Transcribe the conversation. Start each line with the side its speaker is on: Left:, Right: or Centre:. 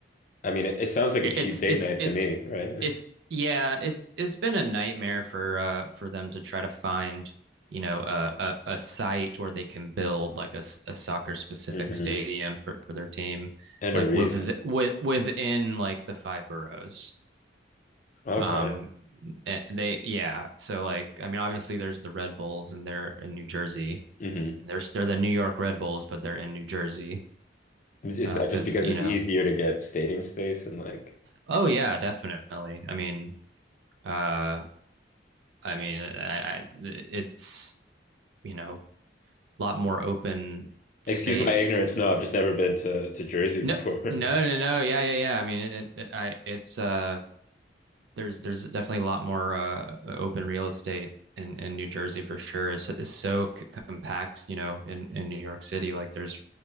Left: I mean, it, it sounds like
Right: It's
Left: a cheap date
Right: it's
Left: night
Right: it's
Left: to me, right?
Right: it's yeah, it's it's been a nightmare for uh for them to try to find, you know, a a, a site where they can build like a, a soccer specific
Left: <laughs> hmm
Right: stadium for, for their team,
Left: And
Right: like
Left: a reason.
Right: with with within like the five boroughs.
Left: Okay.
Right: Um eh, they yeah, so like I mean obviously there's the Red Bulls and they're in New Jersey.
Left: hmm
Right: There's they're the New York Red Bulls, but they're in New Jersey.
Left: Is
Right: uh
Left: that
Right: because
Left: just because
Right: you
Left: it's
Right: know,
Left: easier to get stadium space and like
Right: oh yeah, definitely. I mean, uh I mean, I, I it's you know a lot more open space.
Left: Excuse my ignorance. No, I've just never been to to Jersey
Right: No,
Left: before. <laughs>
Right: no, no, no. Yeah, yeah, yeah. I mean, it, it I it's uh there's there's definitely a lot more uh open real estate in in New Jersey for sure. It's, it's so c- compact, you know, in in New York City. Like there's